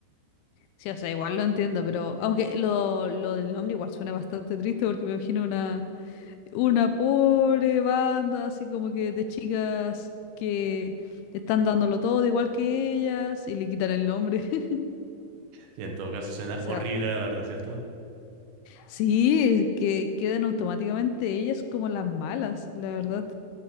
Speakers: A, on the left; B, on the right.
A: Sí, o sea, igual lo entiendo, pero aunque lo, lo del nombre igual suena bastante triste porque me imagino una, una pobre banda así como que de chicas que están dándolo todo igual que ellas y le quitan el nombre. <laughs>
B: Sí, en todo caso, suena
A: O sea,
B: horrible, la verdad, ¿cierto?
A: sí, que quedan automáticamente ellas como las malas, la verdad.